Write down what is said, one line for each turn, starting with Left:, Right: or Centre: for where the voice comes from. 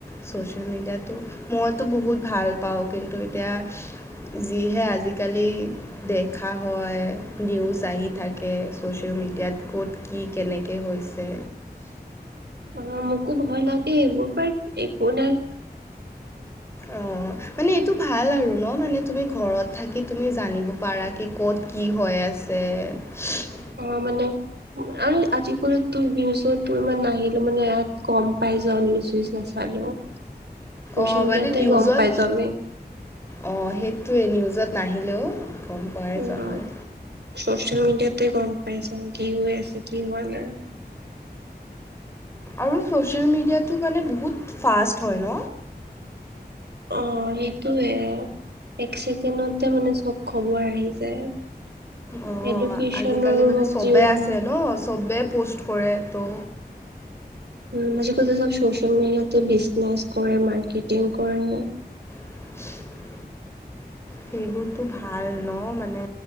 Left: ছচিয়েল মিডিয়াতো মইতো বহুত ভাল পাওঁ কিন্তু এতিয়া যিহে আজিকালি দেখা হয়, নিউজ আহি থাকে ছ'চিয়েল মিডিয়াত ক'ত কি কেনেকে হৈছে?
Right: অহ, মোকো ভয় লাগে এইবোৰৰ পৰাই, একো নাই।
Left: অহ। মানে এইটো ভাল আৰু ন, মানে তুমি ঘৰত থাকি তুমি জানিব পাৰা কি, ক'ত কি হৈ আছে। <unintelligible>
Right: অহ, মানে আই, আজিকালি তোৰ নিউজত তো ইমান নাহিলে মানে ইয়াত গ'ম পাই যাও নিউজ নাচালেও। চচিয়েল
Left: অহ,
Right: মিডিয়াতে
Left: মানে নিউজত
Right: গম পাই যাওঁ আমি
Left: অ, সেইটোৱে নিউজত নাহিলেও গ'ম পোৱাই
Right: উম
Left: যোৱা হয়।
Right: চচিয়েল মিডিয়াতে গম পাই যায়। কি হৈ আছে কি হোৱা নাই।
Left: আৰু ছ'চিয়েল মিডিয়াটো মানে বহুত ফাষ্ট হয় ন?
Right: অ, সেইটোয়ে এক ছেকেণ্ডতে মানে, চব খবৰ আহি যায়।
Left: অ'
Right: এডুকেশ্যনৰো
Left: আজিকালি মানে
Right: হওক
Left: চবে
Right: যিও নহওক
Left: আছে ন, চবে পষ্ট কৰে, তো
Right: উম, আজিকালি চোব ছচিয়েল মিডিয়াতে বিজনেছ কৰে মাৰ্কেটিং কৰে।
Left: <unintelligible> সেইবোৰতো ভাল ন। মানে